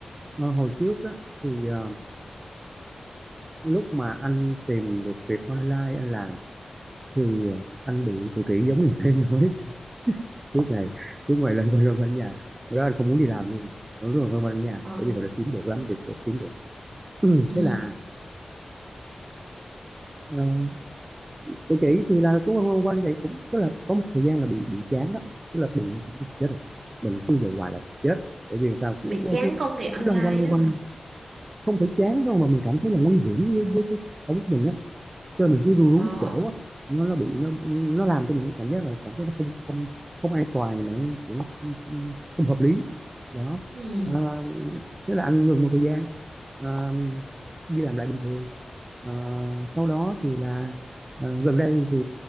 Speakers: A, on the right (about 25°); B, on the right (about 75°).
A: ờ, hồi trước á thì ờ, lúc mà anh tìm được việc online anh làm thì ờ, anh bị tự kỷ giống như em nói <laughs> lúc ngày lúc ngày lên quanh lên quanh nhà ở đó anh không muốn đi làm luôn mà lúc đó là quanh quanh nhà
B: Ờ,
A: bởi vì họ đã kiếm được lắm việc đã kiếm được <clears throat>
B: Ừ.
A: thế là ừ, tự kỷ thì là cũng quanh quanh quanh vậy cũng tức là có một thời gian là bị bị chán đó tức là bị chết rồi mình cứ về hoài là chết bởi vì sao cứ,
B: Bị
A: cứ,
B: chán
A: cứ
B: công việc online
A: cứ loanh quanh loanh
B: á
A: quanh
B: hả?
A: không phải chán đâu mà mình cảm thấy là nguy hiểm với, với cái sống của mình á cho nên mình cứ ru rú
B: ờ.
A: một chỗ á nó nó bị nó nó làm cho mình cái cảm giác là cảm thấy nó không không không an toàn mà nó, nó không, không, không hợp lý đó
B: Ừ.
A: à, thế là anh ngừng một thời gian ờ, đi làm lại bình thường Ờ, sau đó thì là ờ, gần đây thì